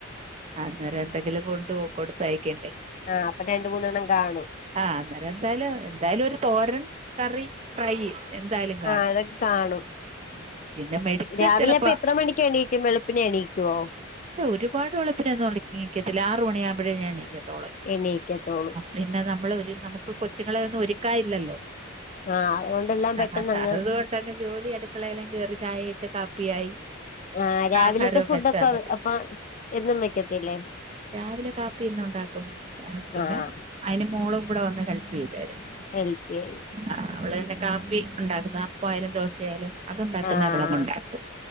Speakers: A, on the right (about 30°); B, on the left (about 40°).
A: അന്നേരം എന്തെങ്കിലും കൊണ്ട്പോ കൊടുത്തയക്കണ്ടേ.
B: ആഹ് അപ്പൊ രണ്ട് മൂന്നെണ്ണം കാണും.
A: ആഹ് അന്നേരം എന്തായാലും എന്തായാലും ഒരു തോരൻ കറി. ഫ്രൈ എന്തായാലും കാണും
B: ആഹ് <unintelligible> കാണും
A: ഉം. പിന്നെ മെഴുക്ക്
B: രാവിലെ
A: ചിലപ്പോൾ
B: അപ്പൊ എത്ര മണിക്ക് എണീക്കും വെളുപ്പിനെ എണീക്കുവോ?
A: ഇല്ല ഒരുപാട് വെളുപ്പിനൊന്നുംണിക്കത്തില്ല ആർ മണിയാകുമ്പോഴേ ഞാൻ എണീക്കത്തോള്ളു.
B: എണീക്കത്തോളൂ
A: പിന്നെ നമ്മൾ ഒരു നമുക്ക് കൊച്ചുങ്ങളെ ഒന്നും ഒരുക്കാനില്ലല്ലോ.
B: ആഹ് അതുകൊണ്ടെല്ലാം പെട്ടെന്നങ്ങ്
A: അതുകൊണ്ട് ജോലി അടുക്കളേലും കയറി ചായയിട്ട് കാപ്പിയായി
B: ആ രാവിലത്തെ
A: ആഹാരവും
B: ഫുഡൊക്കെ
A: വെച്ചാൽ മതി
B: അപ്പൊ എന്നും വെക്കത്തില്ലേ?
A: രാവിലെ കാപ്പി ഇന്നും ഉണ്ടാക്കും. പിന്നെ
B: ആഹ്
A: അതിന് മോളും കൂടെ വന്ന് ഹെൽപ് ചെയ്തു തരും.
B: ഹെല്പ്പിയായി.
A: ആഹ് അവള് തന്നെ കാപ്പി ഉണ്ടാക്കുന്ന, അപ്പആയാലും ദോശ ആയാലും അതുണ്ടാക്കുന്ന
B: ആഹ്
A: അവളങ് ഉണ്ടാക്കും,